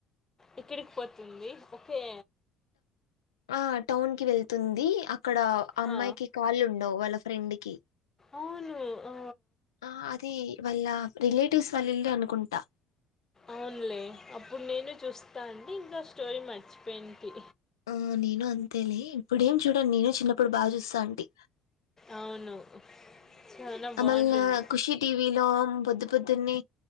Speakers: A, on the left (about 20°); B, on the left (about 75°).
A: ఇక్కడికి పోతుంది ఒకే
B: ఆ టౌన్ కి వెళ్తుంది అ అక్కడ అమ్మాయికి
A: ఆ,
B: కాళ్ళు ఉండవు వాళ్ళ ఫ్రెండ్ పకి
A: అవును ఆ,
B: ఆ అది వాళ్ళ రిలేటివ్స్ వాళ్ళు ఇల్లు అనుకుంటా
A: అవునులే అప్పుడు నేను చూస్తాను అే ఇంకా స్టోరీ మర్చిపోయింటి
B: ఆ నేను అంతేలే, ఇప్పుడు ఏం చూడను నేను చిన్నప్పుడు బాగా చూస్తా ఉంటి.
A: అవును చాలా
B: అమల్
A: బాగుంటుంది
B: ల ఖుషి టీవి లో పొద్దు పొద్దున్నే